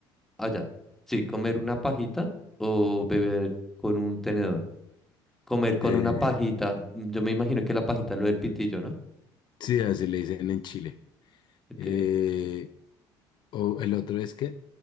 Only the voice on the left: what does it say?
Eh,
sí, así le dicen en Chile.
Eh, o el otro es que